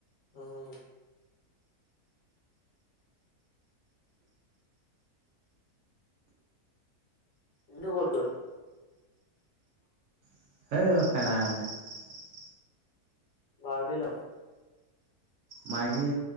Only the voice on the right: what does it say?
সেই <unintelligible>
মাইকী